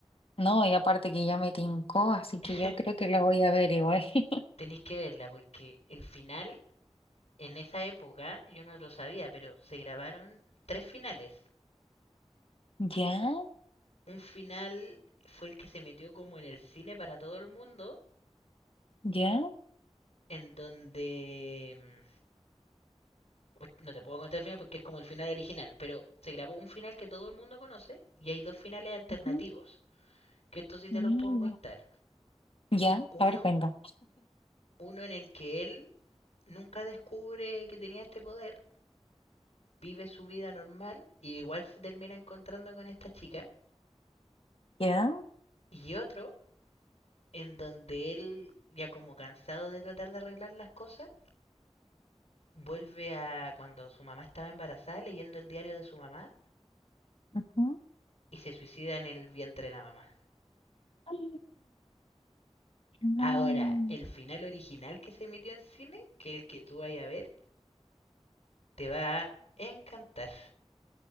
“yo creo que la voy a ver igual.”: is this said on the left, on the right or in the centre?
Left